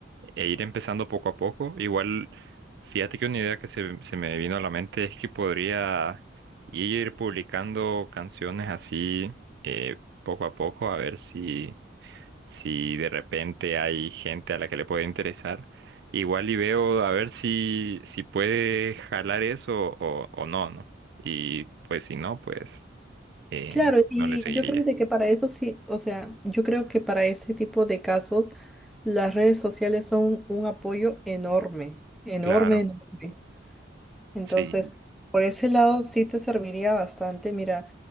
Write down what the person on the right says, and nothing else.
e ir empezando poco a poco. Igual, fíjate que una idea que se, se me vino a la mente es que podría ir publicando canciones así eh, poco a poco, a ver si si de repente hay gente a la que le puede interesar, igual y veo a ver si, si puede jalar eso o, o no, ¿no? Y pues si no, pues eh,
no le seguiría.
Claro,
Sí,